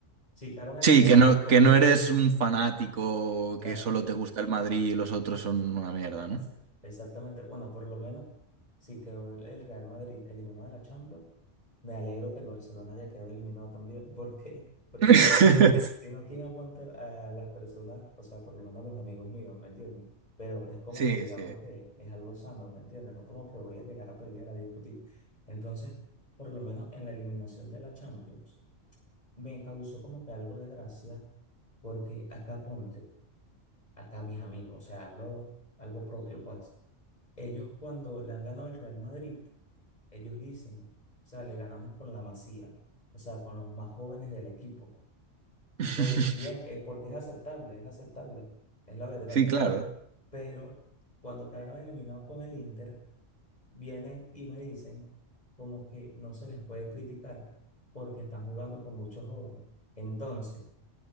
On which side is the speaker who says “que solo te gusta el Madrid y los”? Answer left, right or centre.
Right